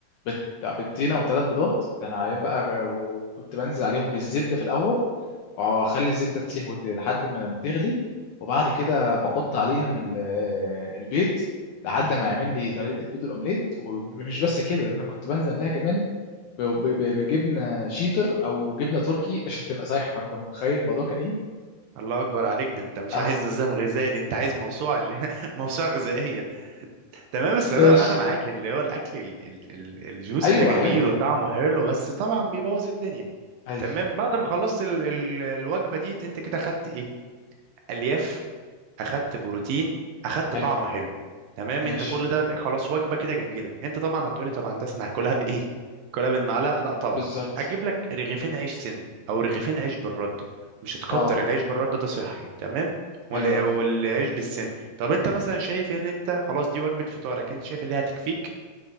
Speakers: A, on the left; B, on the right.
A: بت- بيضتين او ثلاث بيضات ده انا ايام بقى ك- وكنت بنزل عليهم بالزبده في الاول واخلي الزبده تسيح وت- لحد ما ما تغلي وبعد كده بحط عليهم ال- آه، البيض لحد ما يعمل لي طريقه البيض الاومليت ومش بس كده ده انا كنت بنزل عليها كمان ب- ب- ب- بجبنه شيدر او جبنه تركي عشان تبقى سايحه فانت متخيل الموضوع كان ايه
B: الله اكبر عليك ده انت مش
A: اه
B: عايز نظام غذائي دي انت عايز موسوعه ج- <laughs> موسوعه غذائيه تمام بس انا
A: ماشي
B: انا معاك ان اللي هو الاكل ال- ال- ال- الجوسي
A: ايوه
B: ده جميل
A: حلو ده
B: وطعمه حلو بس طبعا بيبوظ الدنيا
A: ايوه
B: تمام بعد ما خلصت ال- ال- الوجبه دي انت كده خدت ايه الياف اخدت بروتين اخدت
A: حلو
B: طعمه حلو تمام
A: ماشي
B: انت كل ده خلاص وجبه كده جميله انت طبعا هتقولي طب يا هندسه انا هاكلها بايه هاكلها بالمعلقه لا طبعا
A: بالظبط
B: هتجيب لك رغيفين عيش سن او رغيفين عيش بالرده مش هتكتر
A: اه
B: العيش بالرده ده صحي تمام ولا
A: حلو قوي
B: والعيش بالسن طب انت مثلا شايف ان انت خلاص دي وجبه فطارك انت شايف اللي هتكفيك